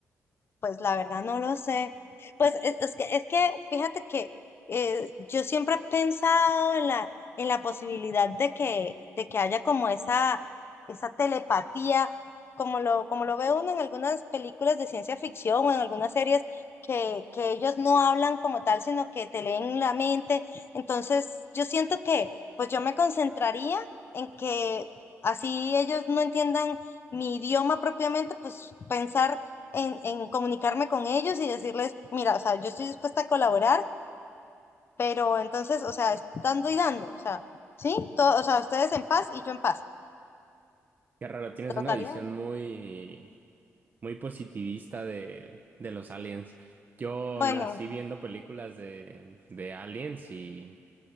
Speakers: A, on the left (about 50°); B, on the right (about 35°).
A: Pues la verdad no lo sé. Pues es, es que, es que fíjate que eh, yo siempre he pensado en la, en la posibilidad de que, de que haya como esa, esa telepatía, como lo, como lo ve uno en algunas películas de ciencia ficción o en algunas series, que, que ellos no hablan como tal, sino que te leen la mente. Entonces, yo siento que pues yo me concentraría en que así ellos no entiendan mi idioma propiamente, pues pensar en, en comunicarme con ellos y decirles, mira, o sea, yo estoy dispuesta a colaborar, pero entonces, o sea, es dando y dando, o sea, ¿sí? Todo, o sea, ustedes en paz y yo en paz.
B: Qué raro, tienes
A: Trataría.
B: una visión muy, muy positivista de, de los aliens. Yo
A: Bueno,
B: nací viendo películas de, de aliens y...